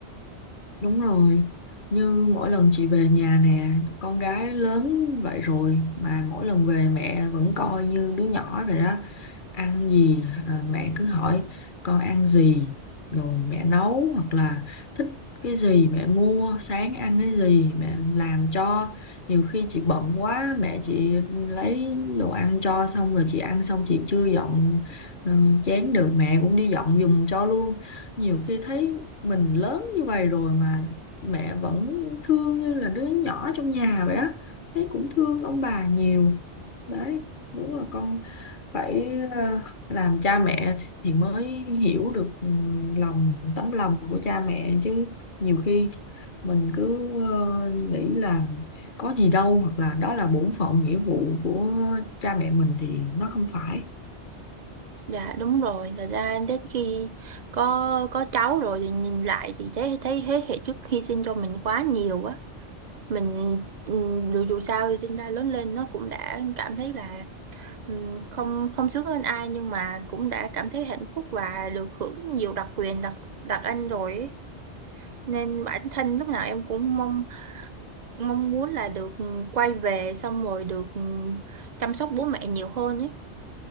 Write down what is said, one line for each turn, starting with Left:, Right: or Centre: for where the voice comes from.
Left: đúng rồi. Như mỗi lần chị về nhà nè, con gái lớn vậy rồi mà mỗi lần về mẹ vẫn coi như đứa nhỏ vậy á ăn gì à, mẹ cứ hỏi con ăn gì rồi mẹ nấu hoặc là thích cái gì mẹ mua sáng ăn cái gì mẹ làm cho nhiều khi chị bận quá mẹ chị lấy đồ ăn cho xong rồi chị ăn xong chị chưa dọn ờ, chén được mẹ cũng đi dọn giùm cho luôn nhiều khi thấy mình lớn như vậy rồi mà mẹ vẫn thương như là đứa nhỏ trong nhà vậy á thấy cũng thương ông bà nhiều đấy đúng là con phải ờ, làm cha mẹ thì mới hiểu được ừ, lòng tấm lòng của cha mẹ chứ nhiều khi mình cứ ờ, nghĩ là có gì đâu hoặc là đó là bổn phận nghĩa vụ của cha mẹ mình thì nó không phải
Right: dạ đúng rồi thật ra đến khi có có cháu rồi thì nhìn lại thì thấy thấy thế hệ trước hy sinh cho mình quá nhiều á mình ừm, dù dù sao thì sinh ra lớn lên nó cũng đã cảm thấy là ừm, không không sướng hơn ai nhưng mà cũng đã cảm thấy hạnh phúc và được hưởng nhiều đặc quyền đặc đặc anh rồi ấy. nên bản thân lúc nào em cũng mong mong muốn là được quay về xong rồi được chăm sóc bố mẹ nhiều hơn ấy